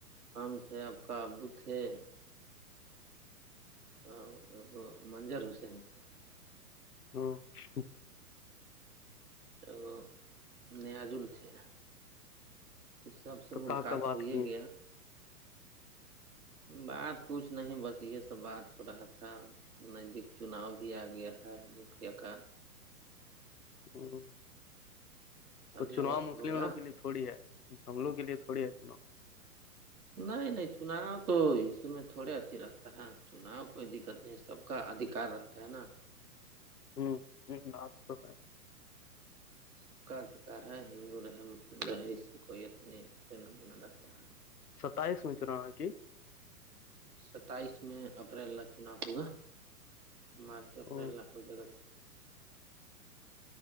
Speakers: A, on the right (about 70°); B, on the left (about 75°).
A: کام تھے آپ کا ابو تھے اور ا منظر حسین تھے
B: ہاں
A: تو وہ نیاجل تھے اس سب سے
B: تو
A: ملاقات
B: کہ کا بات
A: ہوے
B: کیے
A: گیا بات کچھ نہیں بس یہ سب بات ہو رہا تھا ندیک چناؤ بھی آ گیا ہے مکھیا کا
B: ہ تو
A: اگلا
B: چناؤ
A: وورس
B: مسلم
A: ہوگا
B: لوگ کے لیے تھوڑی ہے ہم لوگ کے لیے تھوڑی ہے چناؤ
A: نہیں نہیں چناؤ تو اس میں تھوڑے اچھی لگتا ہے چناؤ کوئی دقت نہیں ہے سب کا ادھار رہتا ہے نا
B: ہوں ہ آپ تو ہے
A: سب کا ادھیکار ہے ہندو رہے مسلم رہے اس سے کوئی اتنی پن د نہ رہتا ہے
B: ستائیس میں چلو آ کی
A: ستائیس میں اپریل ل چناؤ ہوگا مارچ اپریل
B: ہوں
A: ل ہو جائے گا